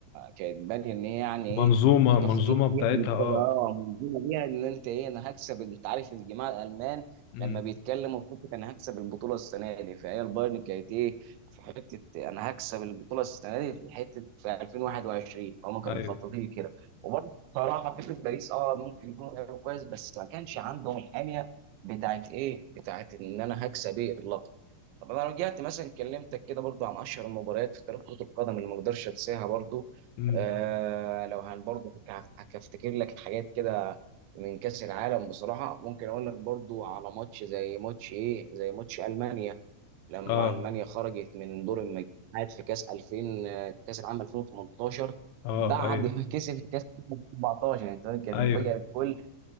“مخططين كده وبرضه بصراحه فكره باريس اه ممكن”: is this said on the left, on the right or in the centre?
Right